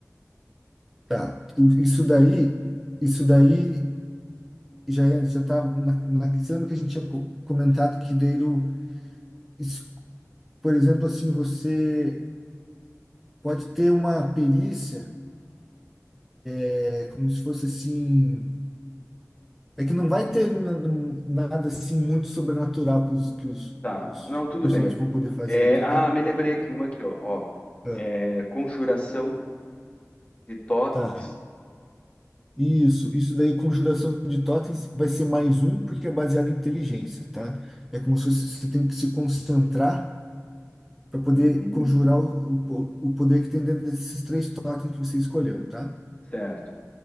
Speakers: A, in the centre; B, on the left.
A: Tá, tu- isso daí, isso daí já é- já tá na, na, você lembra que a gente tinha co- comentado que daí, do- isso, por exemplo, assim, você pode ter uma perícia, é como se fosse assim, é que não vai ter na- num- nada assim muito sobrenatural que os, que os,
B: Tá,
A: os
B: não, tudo
A: personagens
B: bem.
A: vão poder fazer,
B: É,
A: entendeu?
B: ah, me lembrei aqui uma aqui, ó. ó.
A: Ah,
B: É, conjuração de totens.
A: tá. Isso, isso daí, conjuração de totens, vai ser mais um, porque é baseado em inteligência, tá? É como se você, você tem que se concentrar para poder
B: Uhum,
A: conjurar o, o, po- o poder que tem dentro desses três totens que você escolheu, tá?
B: certo.